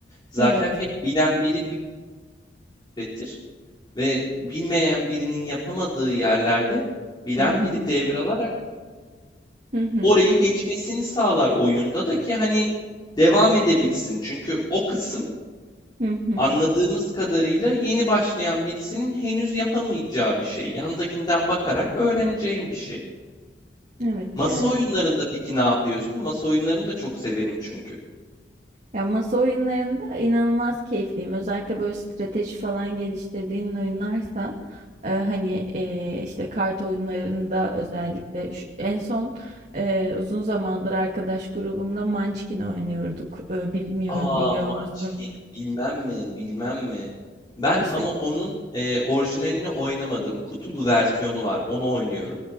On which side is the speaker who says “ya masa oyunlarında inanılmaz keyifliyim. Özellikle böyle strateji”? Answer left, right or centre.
Right